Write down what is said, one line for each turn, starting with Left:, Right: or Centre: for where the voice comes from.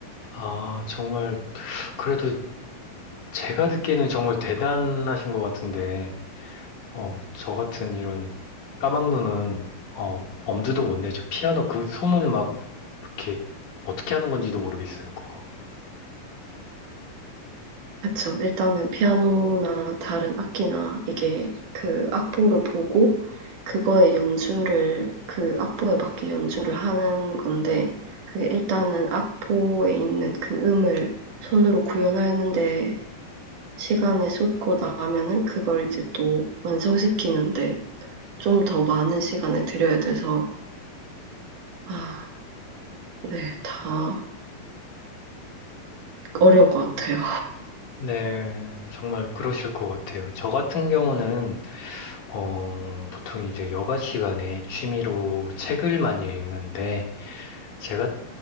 Left: 아, 정말, 그래도 제가 듣기에는 정말 대단하신 것 같은데, 어, 저 같은 이런 까막눈은, 어, 엄두도 못 내죠. 피아노 그 손을 막, 이렇게, 어떻게 하는 건지도 모르겠어요, 그거.
Right: 그쵸. 일단은 피아노나 다른 악기나 이게 그 악보를 보고 그거의 연주를 그 악보에 맞게 연주를 하는 건데 그게 일단은 악보에 있는 그 음을 손으로 구현하는데 시간을 쏟고 나면은 그걸 이제 또 완성시키는데 좀 더 많은 시간을 들여야 돼서 아, 네, 다 어려운 것 같아요.
Left: 네, 정말 그러실 것 같아요. 저 같은 경우는, 어, 보통 이제 여가 시간에 취미로 책을 많이 읽는데, 제가